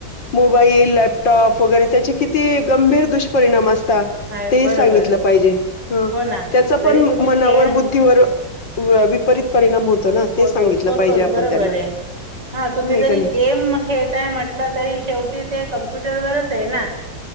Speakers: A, on the left (about 75°); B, on the right (about 65°).
A: मोबाईल, लॅपटॉप वगैरे त्याचे किती गंभीर दुष्परिणाम असत
B: आहेत
A: ते
B: बरोबर
A: सांगितलं पाहिजे ह.
B: हो ना
A: त्याचा
B: जरी
A: पण
B: तुम्ही
A: मनावर,
B: खेळ
A: बुद्धीवर विपरीत परिणाम होतो ना.
B: होतोच
A: ते सांगितलं
B: होतोच
A: पाहिजे आपण
B: बरोबर
A: त्यांना
B: आहे, हा तुम्ही
A: आहे
B: जरी
A: का नाही
B: गेम खेळ काय म्हटलं तरी शेवटी ते कम्प्युटरवरच आहे ना.